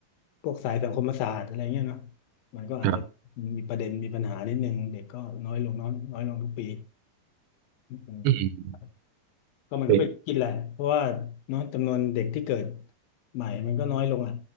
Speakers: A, on the left; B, on the right.
A: พวกสายสังคมศาสตร์อะไรเงี้ยเนาะมันก็อาจจะ
B: ครับ
A: มีประเด็นมีปัญหานิดนึงเด็กก็น้อยลงน้อยน้อยลงทุกปีอืม
B: อืม
A: ก็มันก็เป็นกินแหละเพราะว่าเนาะจำนวนเด็กที่เกิด
B: เด็ก
A: ใหม่มันก็น้อยลงอ่ะ